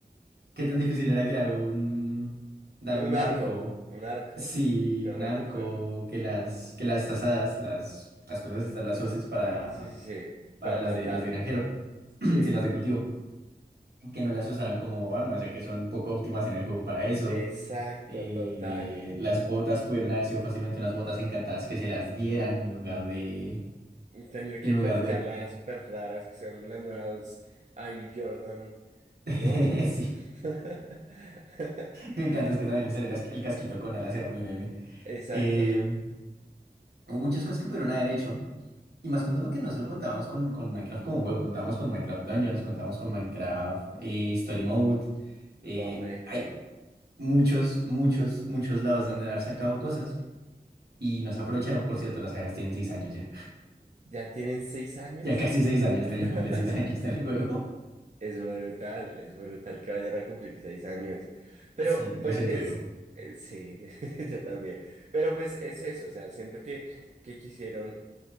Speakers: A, on the right; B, on the right.
A: ¿qué tan difícil era crear un, darle
B: Un
A: un
B: arco,
A: arco?
B: un arco,
A: Sí,
B: correcto.
A: un arco, que las, que las asadas, las, las cosas estas, las hoces para,
B: Sí, sí, sí,
A: para
B: para
A: las
B: plantar.
A: de, las de granjero,
B: Sí,
A: <clears throat> si las de cultivo que no las usarán como armas, ya que son poco óptimas en el juego para eso.
B: exacto,
A: Eh,
B: total.
A: las botas pudieron haber sido fácilmente unas botas encantadas que se las dieran en lugar de...
B: Tener que
A: En lugar
B: craftear
A: de...
B: las súper raras que son las nuevas Air Jordan.
A: <laughs>
B: No.
A: Sí,
B: <laughs>
A: me encanta, es que también le sale las- el casquito con alas, era muy meme.
B: Exacto,
A: Eh, hubo muchas cosas que pudieron haber hecho. Y más contando que no solo contábamos con, con Minecraft como juego, contábamos con Minecraft Dungeons, contábamos con Minecraft eh, Story Mode. Eh,
B: correcto.
A: hay muchos, muchos, muchos lados de donde haber sacado cosas. Y nos aprovecharon, por cierto, las abejas tienen seis años ya.
B: ¿Ya tienen seis años?
A: Ya casi seis años, este
B: <laughs>
A: año cumplen seis años en el juego. <laughs>
B: Es brutal, es brutal que vayan a cumplir seis años. Pero
A: Sí, me
B: pues
A: siento
B: es,
A: viejo.
B: eh, sí, <laughs> yo también. Pero pues es eso, o sea, siento que, que quisieron